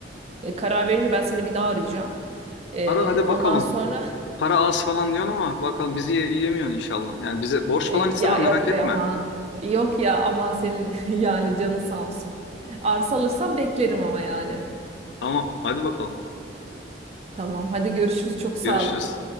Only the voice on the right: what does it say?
e, karar verince ben seni bir daha arayacağım. E,
ondan
sonra
<laughs>
e,
ya yok
be aman yok ya aman senin <laughs> yani canın sağ olsun. Arsa alırsam beklerim ama yani.
Tamam. Hadi görüşürüz. Çok sağ
ol.